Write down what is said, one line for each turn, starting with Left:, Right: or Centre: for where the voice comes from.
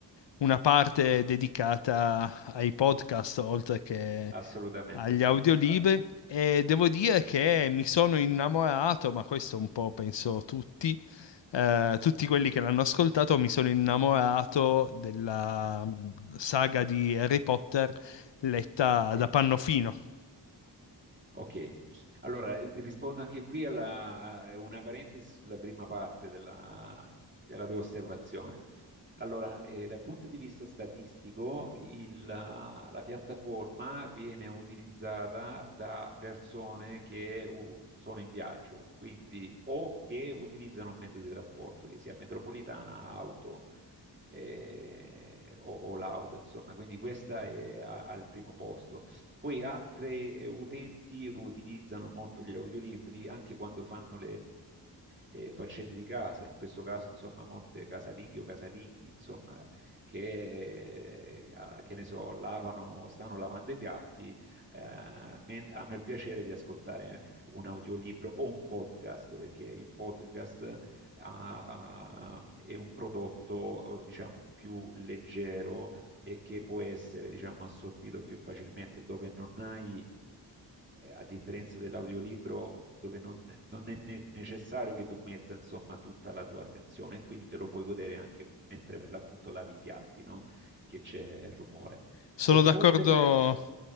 Left: una parte dedicata ai podcast, oltre che
Right: assolutamente
Left: agli
Right: sì.
Left: audiolibri
Right: Ah,
Left: e devo dire che mi sono innamorato, ma questo un po' penso tutti, eh, tutti quelli che l'hanno ascoltato, mi sono innamorato della mh, saga di Harry Potter letta
Right: ok.
Left: da Pannofino.
Right: Ok, allora eh, vi rispondo anche qui a una parentesi sulla prima parte della, della tua osservazione. Allora, eh, dal punto di vista statistico, il- la, la piattaforma viene utilizzata da persone che uh, sono in viaggio, quindi o che utilizzano un mezzo di trasporto, che sia metropolitana, auto eh, o, o l'auto, insomma. Quindi questa è a- al primo posto. Poi altri eh, utenti utilizzano molto gli audiolibri anche quando fanno eh, faccende di casa, in questo caso insomma molte casalinghe o casalinghi insomma che, eh, ah, che ne so, lavano, stanno lavando i piatti, eh, men- hanno il piacere di ascoltare un audiolibro o un podcast, perché il podcast ha- ha- è un prodotto eh, diciamo più leggero e che può essere diciamo assorbito più facilmente, dove non hai eh, a differenza dell'audiolibro dove non, non è ne- necessario che tu metta insomma tutta la tua attenzione e quindi te lo puoi godere anche mentre per l'appunto lavi i piatti, no? Che c'è il rumore.
Left: Sono
Right: Harry
Left: d'accordo,
Right: Potter,